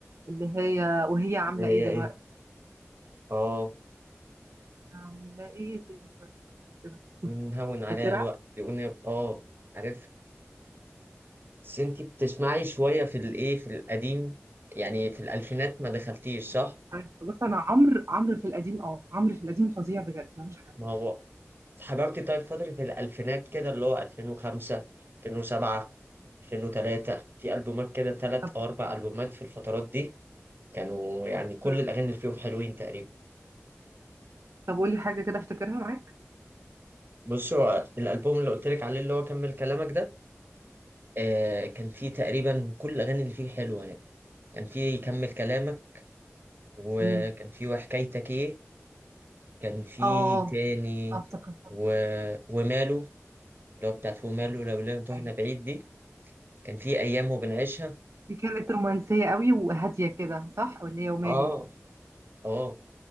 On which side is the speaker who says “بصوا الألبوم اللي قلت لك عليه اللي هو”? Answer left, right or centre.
Right